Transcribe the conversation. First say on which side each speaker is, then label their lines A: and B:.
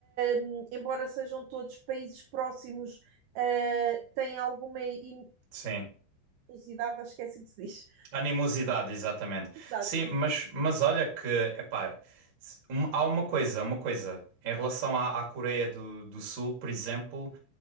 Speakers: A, on the right (about 85°); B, on the right (about 60°).
A: um, embora sejam todos países próximos, uh, têm alguma in-
B: sim.
A: inusidade, acho que é assim que se diz.
B: Animosidade, exatamente.
A: Exato.
B: Sim, mas, mas olha que, epá, se- um- há uma coisa, uma coisa. Em relação à, à Coreia do, do Sul, por exemplo,